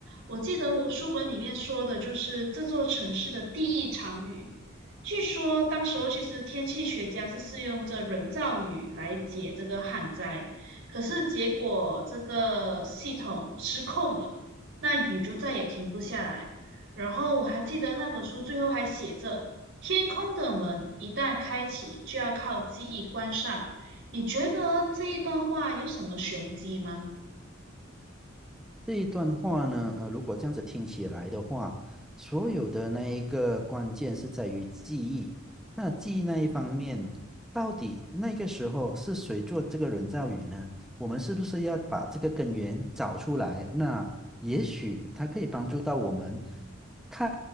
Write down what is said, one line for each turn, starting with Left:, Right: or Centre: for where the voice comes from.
Right: 我记得我书本里面说的就是这座城市的第一场雨。据说当时候其实天气学家是试用这人造雨来解这个旱灾，可是结果这个系统失控了，那雨就再也停不下来。然后我还记得那本书最后还写着。天空的门一旦开启，就要靠记忆关上。你觉得这一段话有什么玄机吗？
Centre: 这一段话呢，呃如果这样子听起来的话，所有的那一个关键是在于记忆。那记忆那一方面，到底那个时候是谁做这个人造雨呢？我们是不是要把这个根源找出来？那也许它可以帮助到我们看，